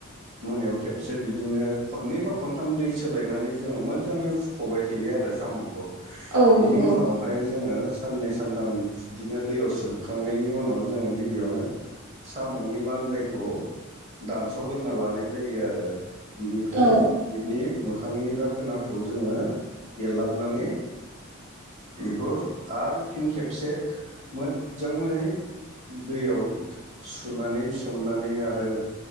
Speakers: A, on the right (about 35°); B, on the right (about 65°).
A: मोनायाव खेबसे बिदिनो खननै बा खनथाम दै सोलायनानै जोङो मोजाङै फुख'बाय थायो आरो साम'खौ। बिनि
B: औ नंगौ
A: उनावहाय जोङो साननै सानथाम बिदिनो दैयाव सोमखांनायनि उनाव जोङो गिबियावनो साम'नि लान्जायखौ दानस गोरना लानाय जायो आरो। बिनिफ्राय
B: औ
A: बिनि मोखांनि दाखोनाखौ जोङो एरलाबनानै बेखौ आरो फिन खेबसे मोज्जाङै दैयाव सुनानै सोमनानै आरो